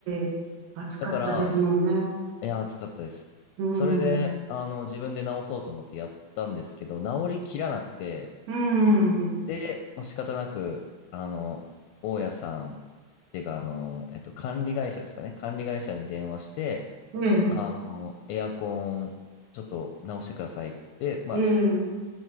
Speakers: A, on the right; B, on the left.
A: ええ、暑かったですもんね。
B: だから、いや、暑かったです。
A: うん、
B: それで、あの、自分で直そうと思ってやったんですけど、直りきらなくて、
A: うん、
B: で、まあ、仕方なく、あの、大家さん、っていうか、あの、えっと、管理会社ですかね。管理会社に電話して、
A: ええ、
B: あの、エアコン、ちょっと直してくださいって言って、まあ、
A: ええ、